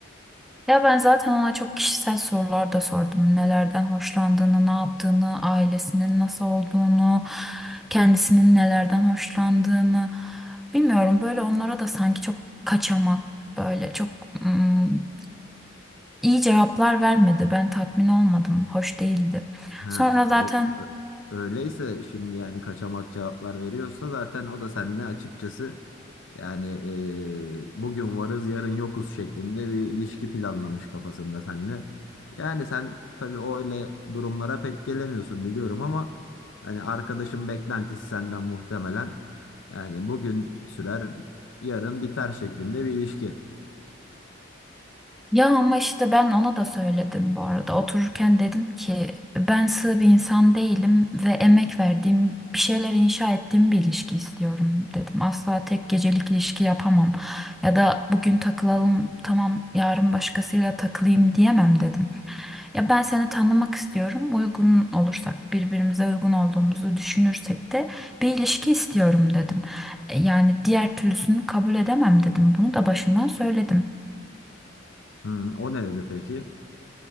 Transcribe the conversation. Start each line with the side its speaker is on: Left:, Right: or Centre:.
Centre: Ya ben zaten ona çok kişisel sorular da sordum. Nelerden hoşlandığını, ne yaptığını, ailesinin nasıl olduğunu, kendisinin nelerden hoşlandığını. Bilmiyorum böyle onlara da sanki çok kaçamak, böyle çok ım, iyi cevaplar vermedi. Ben tatmin olmadım, hoş değildi.
Left: Ha,
Centre: Sonra zaten
Left: o, ö- öyleyse şimdi yani kaçamak cevaplar veriyorsa zaten o da seninle açıkçası yani eee, bugün varız yarın yokuz şeklinde bir ilişki planlamış kafasında seninle. Yani sen tabii o öyle durumlara pek gelemiyorsun biliyorum ama hani arkadaşın beklentisi senden muhtemelen yani bugün sürer yarın biter şeklinde bir ilişki.
Centre: Ya ama işte ben ona da söyledim bu arada. Otururken dedim ki ben sığ bir insan değilim ve emek verdiğim, bir şeyler inşa ettiğim bir ilişki istiyorum dedim. Asla tek gecelik ilişki yapamam. Ya da bugün takılalım tamam yarın başkasıyla takılayım diyemem dedim. Ya ben seni tanımak istiyorum. Uygun olursak birbirimize uygun olduğumuzu düşünürsek de bir ilişki istiyorum dedim. E, Yani diğer türlüsünü kabul edemem dedim. Bunu da başından söyledim.
Left: Hı, o ne dedi peki?